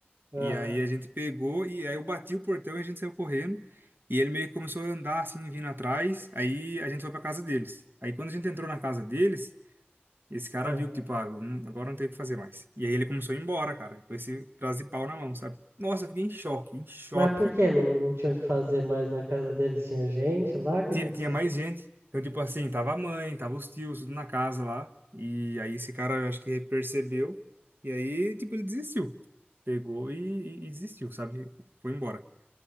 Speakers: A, on the right; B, on the right.
A: Ah,
B: E aí a gente pegou, e aí eu bati o portão e a gente saiu correndo. E ele meio que começou a andar assim, vindo atrás. Aí a gente foi pra casa deles. Aí quando a gente entrou na casa deles, esse cara
A: ah.
B: viu que, tipo, ah, hum, agora não tem o que fazer mais. E aí ele começou a ir embora, cara, com esse pedaço de pau na mão, sabe? Nossa, eu fiquei em choque, em choque.
A: Mas por que não, não tinham que fazer mais na casa deles? Tinha gente lá? O que
B: Tinha,
A: aconteceu?
B: tinha mais gente. Então, tipo assim, tava a mãe, tava os tios, tudo na casa lá. E aí esse cara, eu acho que percebeu. E aí, tipo, ele desistiu. Pegou e, e- e desistiu, sabe? Foi embora.